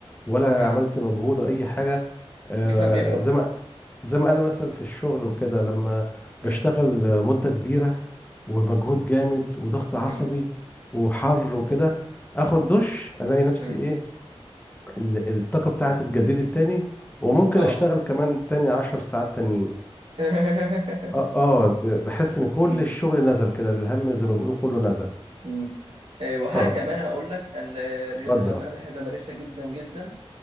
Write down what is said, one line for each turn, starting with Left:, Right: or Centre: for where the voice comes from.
Left: ولا
Right: مم.
Left: عملت مجهود ولا اي حاجه آه،
Right: جسمك بيبرد
Left: زي ما زي ما انا مثلا في الشغل وكده لما
Right: مم.
Left: بشتغل مده كبيره ومجهود جامد وضغط عصبي
Right: مم.
Left: وحر وكده اخد دش الاقي نفسي
Right: مم.
Left: ايه ال- الطاقه بتاعتي اتجددت تاني وممكن
Right: اه
Left: اشتغل كمان تاني عشر ساعات تانيين
Right: <laughs>
Left: اه آه، ب- بحس ان كل
Right: مم.
Left: الشغل نزل كده الهم زي ما بيقولوا كله نزل
Right: مم. آه، وحاجة
Left: اه
Right: كمان هقول لك ال- الرياضة
Left: اتفضل
Right: كمان أنا بحب أمارسها جدا جدا